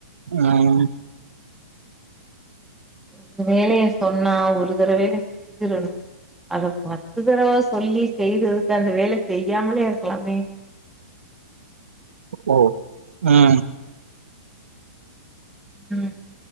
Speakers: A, on the right; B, in the centre.
A: ஆஹ்
B: ஒரு வேலைய சொன்னா ஒரு தடவ யில்லே வேலை செஞ்சிடணும் அத பத்து தடவா சொல்லி செய்யறதுக்கு அந்த வேலை செய்யாமலே இருக்கலாமே
A: ஓ உம்
B: உம்